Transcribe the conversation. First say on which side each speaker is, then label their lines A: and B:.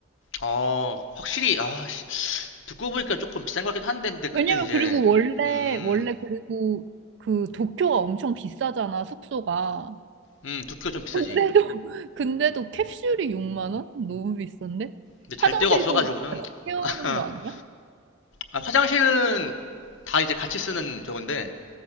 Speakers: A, on the left; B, on the right.
A: 어, 확실히 아, 씨, 듣고 보니까 조금 비싼 것 같기도 한데 근데 그때는
B: 왜냐면
A: 이제
B: 그리고 원래
A: 음,
B: 원래 그리고 그 도쿄가 엄청 비싸잖아, 숙소가.
A: 음, 두께가 좀 비싸지.
B: 근데도 <laughs> 근데도 캡슐이 6만 원? 너무 비싼데?
A: 근데 잘
B: 화장실도
A: 데가 없어가지고는
B: 같이 세워는거
A: <laughs>
B: 아니야?
A: 아, 화장실은 다 이제 같이 쓰는 저건데